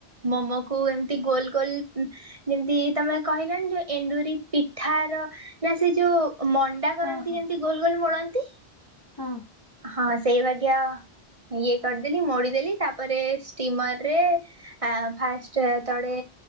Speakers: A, on the right; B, on the left.
A: ମୋମକୁୁ ଏମିତି ଗୋଲ୍ ଗୋଲ୍। ଯେମିତି ତମେ କହିଲନି ଯୋଉ ଏଣ୍ଡୁରି ପି। ଠାର ନା ସେ ଯୋଉ ମଣ୍ଡା
B: ହଁ
A: କରନ୍ତି
B: ହଁ।
A: ଯେମିତି ଗୋଲ୍ ଗୋଲ୍ ମୋଳନ୍ତି।
B: ହଁ।
A: ହଁ ସେଇ ବାଗିଆ ଇଏ କରିଦେଲି ମୋଡିଦେଲି ତାପରେ ଷ୍ଟିମର୍ ରେ। ଆ ଫାଷ୍ଟ ତଳେ।